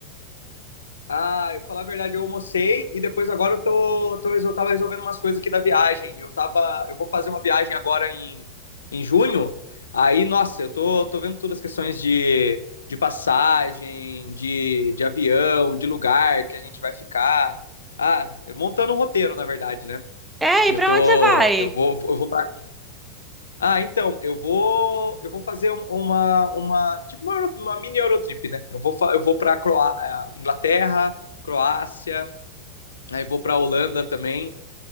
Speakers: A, on the left; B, in the centre.
A: Ah, eu falar a verdade, eu almocei e depois agora eu tô, tô, resol- tava resolvendo umas coisas aqui da viagem. Eu tava, eu vou fazer uma viagem agora em, em junho. Aí, nossa, eu tô, tô vendo todas as questões de, de passagem, de, de avião, de lugar que a gente vai ficar. Ah, montando um roteiro, na verdade, né?
B: É,
A: Eu
B: e pra
A: tô,
B: onde você vai?
A: eu vou, eu vou pra- Ah, então, eu vou, eu vou fazer um- uma, uma, tipo uma, euro- uma mini Eurotrip, né? Eu vou, fa- eu vou para Inglaterra, Croácia, aí vou para Holanda também,